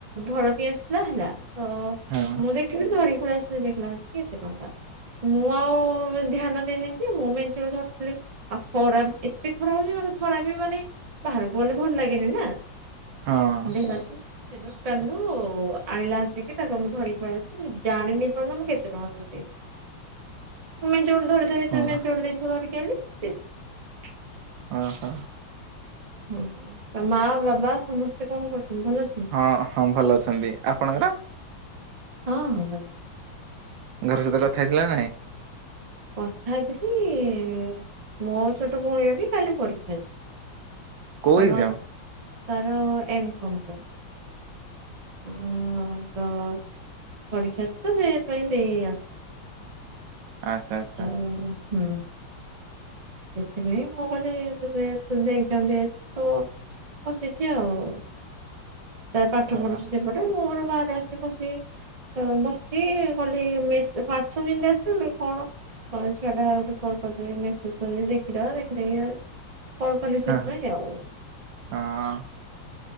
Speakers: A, on the right (about 60°); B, on the right (about 75°).
A: ଘର ପିଇ ଆସଥିଲା ହେଲା ତ
B: ହଁ
A: ମୁଁ ଦେଖିଲି ଧରିକି ପଳେଇଆସିଲି ଦେଖିଲା ଳକୁ ଏତେ ଟଙ୍କା। ମୁଁ ଆଉ ଧ୍ୟାନ ଦେଇନି ଯେ ମୁଁ ମେଞ୍ଚେ ଧରିଥିଲି। ଆଉ ଖରା ଏତେ ଖରା ହଉଚି ମତେ ଖରା ବି ମାନେ ବାହାରକୁ ଗଲେ ଭଲ ଲାଗେନି ନା।
B: ହଁ।
A: <unintelligible> ସେ ଦୋକାନରୁୁ ଆଣିଲା ଆସିକି ତାକୁ ମୁଁ ଧରିକି ପଳେଇ ଆସଛି ମୁ ଜାଣିନି ପର୍ଯ୍ୟନ୍ତ ମୁଁ କେତେ ଟଙ୍କା ର ଧରିକି ଆଇଚି। ମେଞ୍ଚେ ଗୁଡେ ଧରି
B: ହଁ
A: ଧରି ମେଞ୍ଚେ ଗୁଡ଼େ ଜିନିଷ ଧରିକି ଆଇଲି ଦେଇଦେଲି।
B: ଅ ହ।
A: ହୁଁ ତା ମା ବାବା ସମସ୍ତେ କଣ କରୁଚନ୍ତି ଭଲ ଅଛ
B: ହଁ ହଁ ଭଲ ଅଛନ୍ତି ଆପଣଙ୍କର?
A: ହଁ ହଁ ଭଲ।
B: ଘର ସହିତ କଥା ହେଇଥିଲ ନାଇଁ?
A: କଥା ହେଇଥିଲି ମୋ ଛୋଟ ଭଉଣୀର ବି କାଲି ପରୀକ୍ଷା ଅଛିି।
B: କୋଉ
A: କମର
B: ଏକ୍ଜାମ?
A: ତାର ଏମ କମର। ହ ତ ପରୀକ୍ଷା ଅଛି ତ ସେ ସେଥିପାଇଁ ଦେଇଆସିଛି।
B: ଆଚ୍ଛା ଆଚ୍ଛା
A: ହ ହୁଁ। ସେଥିପାଇଁ ମୁଁ କହିଲି ସେ ଦେଇଛନ୍ତି ଆଜି ତ ବସିଛି ଆଉ। ତା ପାଠ
B: ହଁ
A: ପଢୁଛି ସେପଟ ଏ ମୋର ବାହାରେ ଆସି ବସି ବସିଚି କହିଲି ମେସ ହ୍ଵାଟ୍ସଆପ ଯେମିତି ଆସିଲା କହିଲି କଣ ହଁ ଛୁଆଟା ଗୋଟେ କଲ କରିଦେବି ମେସେଜ କରିଦେବ ଦେଖିଦବା ଦେଖିଦେଇକି କଲ କଲି ସେଥିପାଇଁ
B: ହଁ
A: ଆଉ।
B: ହଁ।